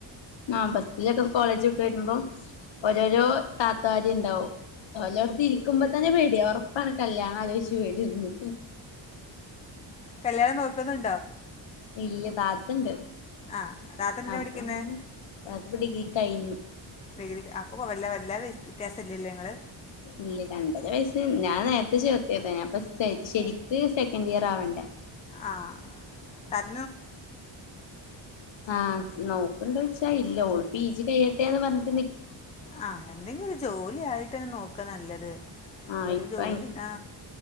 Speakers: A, on the left; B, on the left.
A: ആഹ് ബസ്സിലൊക്കെ കോളേജ് വ്ട്ട് വരുമ്പോ ഓരോരോ താത്താര്ണ്ടാവും. ഓലോട്ത്ത് ഇരിക്കുമ്പോ തന്നെ പേട്യ ഒറപ്പാണ് കല്യാണാലോയ്ച്ച് വെരും ന്ന്
B: കല്യാണം നോക്കുന്നുണ്ടോ
A: ഇല്ല താത്തണ്ട്
B: ആ താത്ത എന്തിനാണ്
A: അപ്പം
B: പഠിക്കുന്നത്
A: താത്തപ്പ ഡിഗ്രി കഴിഞ്ഞു
B: ഡിഗ്രിക്ക്‌ അപ്പൊ കൊ വല്ല വല്ലാ വ്യത്യാസം ഇല്ല്യലേ ങ്ങള്
A: ഇല്ല്യ രണ്ടര വയസ്സ് ഞാൻ നേര്ത്തെ ചേർത്തിയതേനി അപ്പൊ സെയ് ശരിക്ക് സെക്കൻഡ് ഇയർ ആവണ്ട
B: ആഹ് ത
A: ആഹ് നോക്ക്‌ണ്ടോയ് ച്ചാ ഇല്ല ഓൾ ജി കയിയട്ടെന്ന് പർ ഞ്
B: ആഹ് എന്തെങ്കിലൊരു ജോലിയായിട്ട് നോക്ക നല്ലത്
A: ആഹ
B: ഒരു
A: ഇപ്പ
B: ജോലി ആ